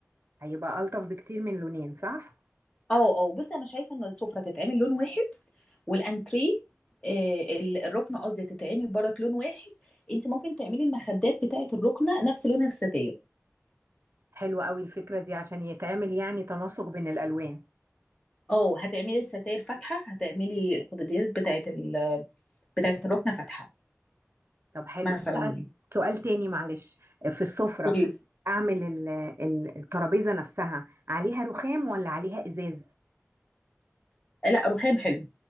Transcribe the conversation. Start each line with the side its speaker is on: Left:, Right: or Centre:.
Right: هيبقى الطف بكتير من لونين صح
Left: اه اه بصي انا شايفه ان السفره تتعمل لون واحد والانتريه آه، ال- الركنه قصدي تتعمل برك لون واحد انت ممكن تعملي المخدات بتاعه الركنه نفس لون الستاير
Right: حلوة قوي الفكرة دي عشان يتعمل يعني تناسق بين الالوان
Left: اه هتعملي الستاير فاتحه هتعملي الخداديات بتاعه ال بتاعه الركنه فاتحه
Right: طب حلو
Left: مثلا
Right: بقى
Left: يعني
Right: سؤال تاني معلش في السفرة
Left: قولي لي.
Right: اعمل ال- ال- الترابيزة نفسها عليها رخام ولا عليها ازاز
Left: لا رخام حلو